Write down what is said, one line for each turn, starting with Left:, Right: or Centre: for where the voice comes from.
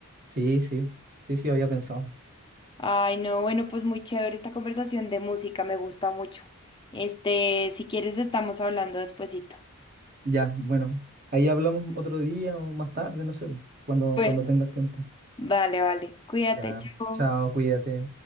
Right: sí, sí, sí, sí, había pensado.
Left: Ay, no, bueno, pues muy chévere esta conversación de música, me gusta mucho. Este, si quieres, estamos hablando despuesito.
Right: Ya, bueno, ahí hablamos otro día o más tarde, no sé, cuando,
Left: Bueno,
Right: cuando tengas tiempo.
Left: vale, vale. Cuídate,
Right: Ya,
Left: chao.
Right: chao, cuídate.